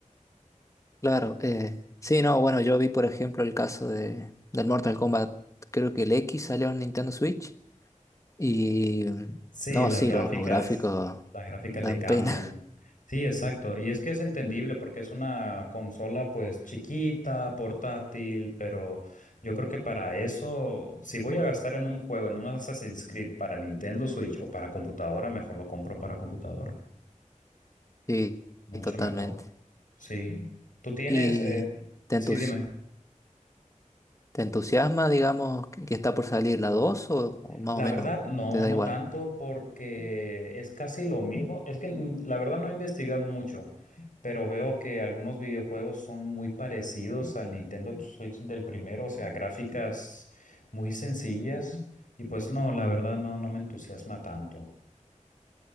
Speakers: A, on the left; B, on the left.
A: Claro, eh, sí, no, bueno, yo vi por ejemplo el caso de, del Mortal Kombat, creo que el X salió en Nintendo Switch y mm,
B: Sí,
A: no,
B: las
A: sí,
B: gráficas,
A: lo- los gráficos
B: las gráficas
A: dan
B: le cambian.
A: pena,
B: Sí, exacto. Y es que es entendible porque es una consola pues chiquita, portátil, pero yo creo que para eso, si voy a gastar en un juego, en un Assassin's Creed para Nintendo Switch o para computadora, mejor lo compro para computadora.
A: <laughs> sí,
B: Mucho
A: totalmente.
B: mejor. Sí. Tú tienes,
A: ¿Y
B: eh,
A: te
B: sí,
A: entusi-
B: dime.
A: te entusiasma, digamos, que que está por salir la 2 o, o más
B: La
A: o menos
B: verdad, no,
A: te da
B: no
A: igual?
B: tanto, porque es casi lo mismo. Es que mm, la verdad no he investigado mucho, pero veo que algunos videojuegos son muy parecidos al Nintendo Switch del primero, o sea, gráficas muy sencillas. Y pues no, la verdad no, no me entusiasma tanto.